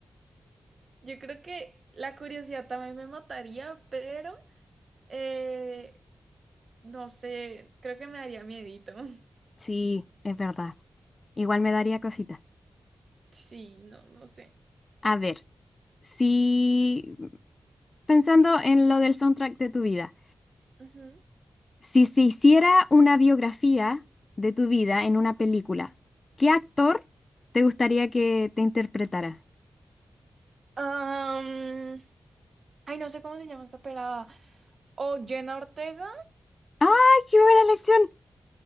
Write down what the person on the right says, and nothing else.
Yo creo que la curiosidad también me mataría, pero eh, no sé, creo que me daría miedito. <laughs>
Sí, no, no sé.
Ujú.
Am, ay, no sé cómo se llama esta pelada. O Jenna Ortega,